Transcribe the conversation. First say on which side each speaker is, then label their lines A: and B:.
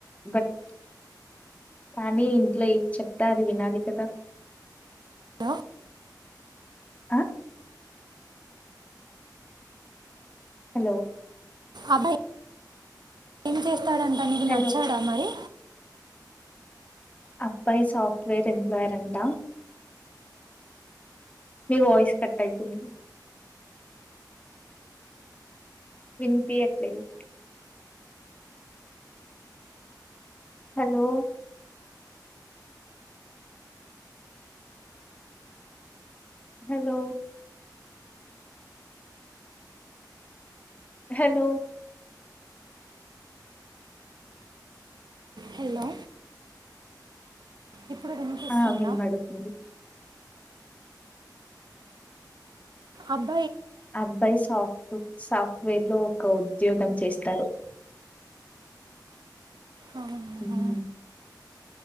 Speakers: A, on the left (about 20°); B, on the right (about 75°).
A: బట్ కానీ ఇంట్లో ఎం చెప్తా అది వినాలి కదా
B: దా
A: అ హలో
B: అబ్బాయి ఏం చేస్తాడంట నీకు
A: హలో
B: నచ్చాడా మరి
A: అబ్బాయి సాఫ్ట్వేర్ ఎంప్లాయర్ అంట మీ వాయిస్ కట్టయితుంది వినిపియట్లేదు హలో హలో హలో
B: హలో ఇప్పుడు వినిపిస్తుంద
A: ఆ వినబడుతుంది
B: అబ్
A: అబ్బాయి సాఫ్ట్ సా వేర్లో ఒక ఉద్యోగం చేస్తారు
B: అవునా
A: ఉమ్